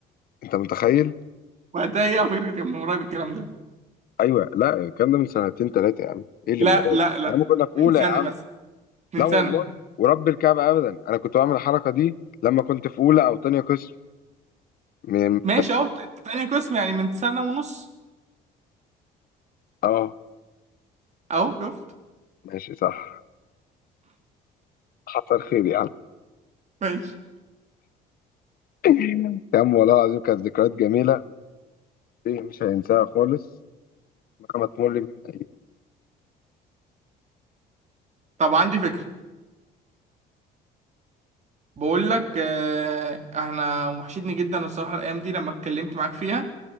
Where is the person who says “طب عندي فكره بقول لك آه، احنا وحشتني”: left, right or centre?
Right